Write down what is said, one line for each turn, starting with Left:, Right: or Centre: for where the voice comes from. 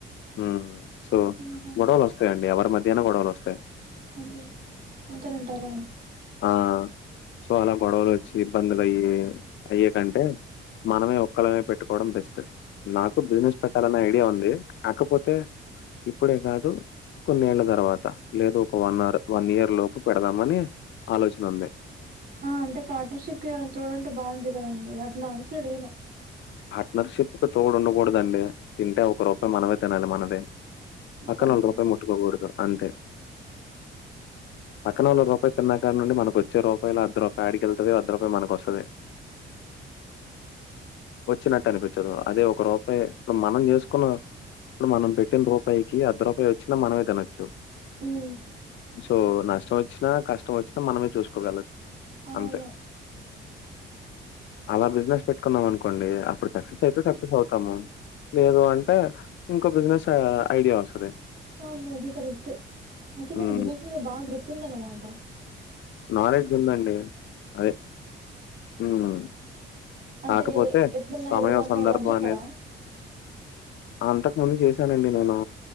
Left: ఉం సో
Right: ఆహా
Left: గొడవలు వ స్తాయండి ఎవరి మధ్యైన గొడవలు వస్తాయి
Right: అయ్యో అంతేనంటారా
Left: ఆ సో అలా గొడవలు ఒచ్చి ఇబ్బందులు అయి అయ్యే కంటే మనమే ఒక్కలమే పెట్టుకోవడం బెస్ట్ నాకు బిజినెస్ పెట్టాలన్న ఐడియా ఉంది కాకపోతే ఇప్పుడే కాదు కొన్నేళ్ల తర్వాత లేదా ఒక వన్ అర్ వన్ ఇయర్ లోపు పెడదామని ఆలోచన ఉంది
Right: ఆ అంటే పార్ట్నర్ షిప్ ఎవరైనా తోడంటే బాగుంటది కదండి అట్లా అనేసి అడిగిన
Left: పార్ట్నర్ షిప్కి తోడు ఉండకూడదండి తింటే ఒక రూపాయి మనమే తినాలి మనదే పక్కనోల్లది
Right: అంతేనంటారా
Left: రూపాయి ముట్టుకోకూడదు అంతే పక్కనోళ్ళ రూపాయి తిన్నకానుండి మనకొచ్చే రూపాయిల అర్ద రూపాయి ఆడిఅర్ద రూపాయి మంకొస్తది వచ్చినట్టు అనిపిచ్చదు అదే ఒక రూపాయి ఇప్పుడు మనం చేసుకున్న ఇప్పుడు మనం పెట్టిన రూపాయికి అర్ధ రూపాయి వచ్చినా మనమే తినొచ్చు
Right: ఉం
Left: సో నష్టం ఒచ్చినా కష్టం ఒచ్చినా మనమే చూసుకోగలం
Right: అవును
Left: అంతే అలా బిజినెస్ పెట్టుకున్నాం అనుకోండి అప్పుడు సక్సెస్ అయితే సక్సెస్ అవుతాము లేదు అంటే ఇంకో బిజినెస్ ఐడియా వస్తది
Right: అవును అది కరెక్టే అయితే మీకు
Left: ఉం
Right: బిజినెస్ బాగా గ్రిప్ ఉందనమాట
Left: నాలెడ్జ్ ఉందండి అది ఊమ్
Right: అంటే
Left: కాకపోతే
Right: ఎప్పుడున్నా
Left: సమయం
Right: ఎవరి దాంట్లోనే
Left: సందర్భం
Right: వర్క్ చేసారా
Left: అనేది అంతకుముందు చేశానండి నేను